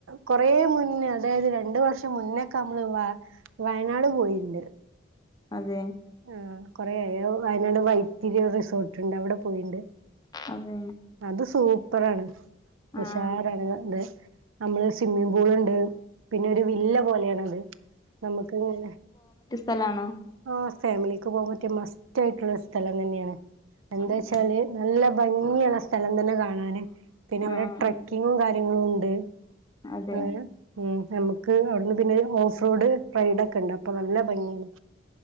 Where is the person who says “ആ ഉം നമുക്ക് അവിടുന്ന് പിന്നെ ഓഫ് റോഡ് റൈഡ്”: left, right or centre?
Right